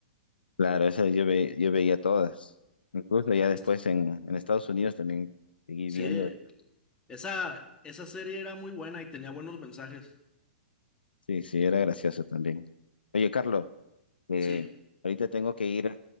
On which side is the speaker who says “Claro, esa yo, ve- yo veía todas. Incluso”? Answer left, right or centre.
Left